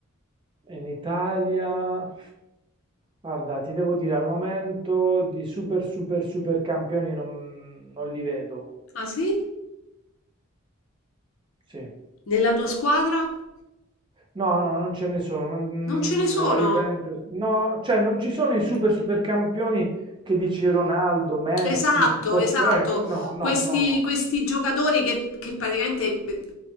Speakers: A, on the right; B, on the left.
A: in Italia. Guarda, ti devo dire, al momento di super super super campioni non, non li vedo,
B: Ah sì?
A: sì.
B: Nella tua squadra?
A: No, no, non ce ne sono. non-
B: Non ce ne sono?
A: nella Juventus, no, cioè non ci sono i super super campioni che dici Ronaldo, Messi,
B: Esatto,
A: piuttosto,
B: esatto.
A: ecco, no, no,
B: Questi,
A: no, no.
B: questi giocatori che, che praticamente eh,